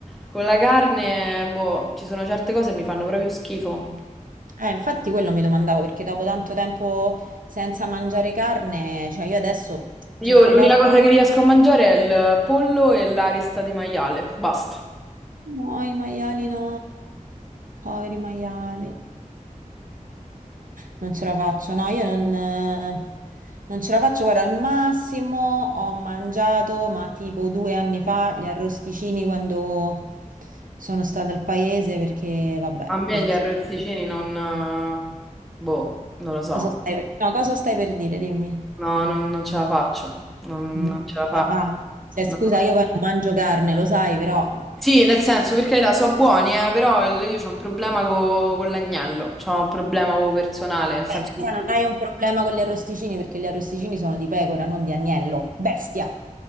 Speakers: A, in the centre; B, on the right.
A: con la carne, boh, ci sono certe cose che mi fanno proprio schifo.
B: Eh, infatti quello mi domandavo, perché dopo tanto tempo senza mangiare carne, cioè io adesso
A: Io
B: certe
A: l'unica
B: cose...
A: cosa che riesco a mangiare è il pollo e l'arista di maiale, basta.
B: No, i maiali no, poveri maiali. Non ce la faccio, no, io non, eh, non ce la faccio. Guarda, al massimo ho mangiato, ma tipo due anni fa, gli arrosticini quando sono stata al paese, perché, vabbè,
A: A me
B: perché...
A: gli arrozzicini non... eh, boh, non lo so.
B: Cosa stai per, no, cosa stai per dire? Dimmi.
A: No, non, non ce la faccio. Non,
B: Non
A: non ce
B: ce
A: la faccio.
B: la faccio. Cioè,
A: No.
B: scusa, io poi non mangio carne, lo sai, però...
A: Sì, nel senso, perché là so buoni, eh, però il- io ho un problema co- con l'agnello, ho un problema proprio personale, nel senso
B: Beh, tu
A: che tu
B: non hai un problema con gli arrosticini, perché gli arrosticini sono di pecora, non di agnello. Bestia!